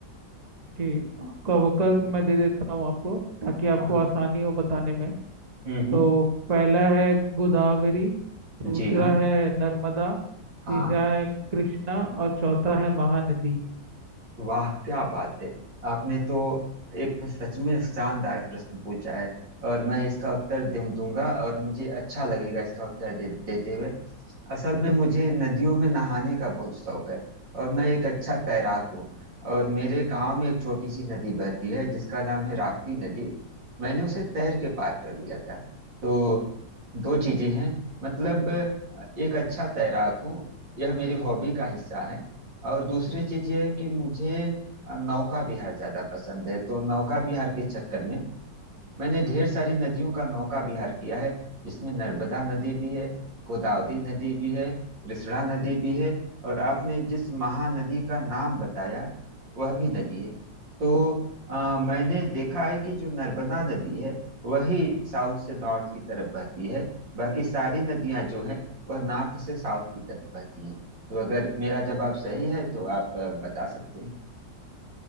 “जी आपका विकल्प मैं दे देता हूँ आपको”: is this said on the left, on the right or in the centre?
Right